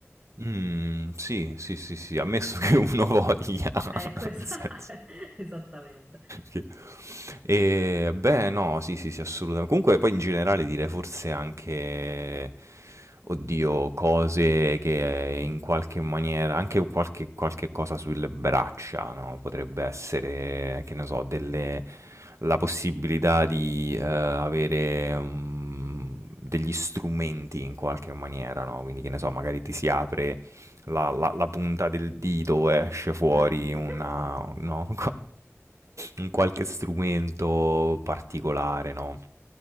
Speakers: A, on the right; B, on the right.
A: Mm, sì, sì, sì, sì, ammesso che uno voglia, <laughs>
B: Ecco, esa-
A: nel senso.
B: <laughs> esattamente.
A: Sì. E, beh, no, sì, sì, sì, assolutamente. Comunque poi in generale dire forse anche, oddio, cose che in qualche maniera, anche qualche, qualche cosa sulle braccia, no? Potrebbe essere, che ne so, delle, la possibilità di eh, avere mm, degli strumenti in qualche maniera, no? Quindi, che ne so, magari ti si apre la, la- la punta del dito esce fuori
B: Mm.
A: una, no? <laughs> un qualche strumento particolare, no?